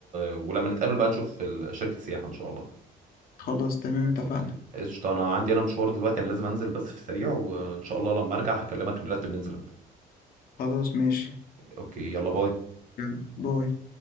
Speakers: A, on the right; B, on the left.
A: ولما نتقابل بقى نشوف ال- شركة السياحة ان شاء الله
B: خلاص تمام اتفقنا
A: اوكي قشطة انا عندي انا مشوار دلوقتي انا لازم انزل بس في السريع وان شاء الله لما ارجع هكلمك نرتب ننزل امتى
B: خلاص ماشي
A: اوكي يلا باي
B: يلا، باي